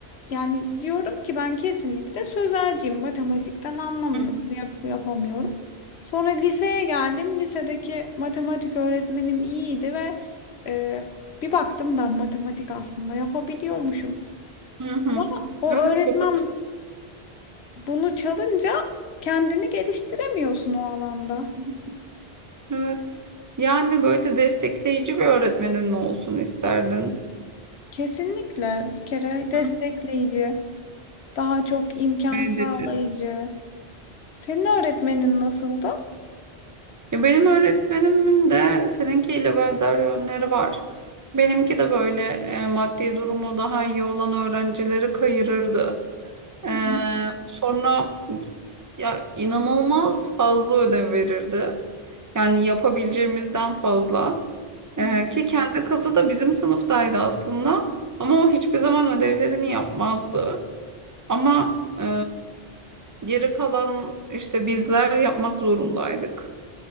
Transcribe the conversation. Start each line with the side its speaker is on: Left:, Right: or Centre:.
Left: yani diyorum ki ben kesinlikle sözelciyim. Matematikten anlamıyorum,
Right: Hı
Left: yap- yapamıyorum. Sonra liseye geldim. Lisedeki matematik öğretmenim iyiydi ve e, bir baktım ben matematik aslında yapabiliyormuşum.
Right: hı. hı.
Left: Ama o
Right: Evet,
Left: öğretmen
Right: çok
Left: bunu çalınca kendini geliştiremiyorsun o alanda.
Right: önemli. evet. Yani böyle destekleyici bir öğretmenin mi olsun isterdin?
Left: Kesinlikle bir kere destekleyici,
Right: Hı.
Left: daha çok imkan
Right: Evet.
Left: sağlayıcı. Senin öğretmenin nasıldı?
Right: Ya benim öğretmenimin de seninkiyle benzer yönleri var. Benimki de böyle e, maddi durumu daha iyi olan öğrencileri kayırırdı.
Left: Hı
Right: E,
Left: hı.
Right: sonra ya inanılmaz fazla ödev verirdi. Yani yapabileceğimizden fazla. E,
Left: Hı.
Right: ki kendi kızı da bizim sınıftaydı aslında. Ama o hiçbir zaman ödevlerini yapmazdı. Ama e, geri kalan işte bizler yapmak zorundaydık.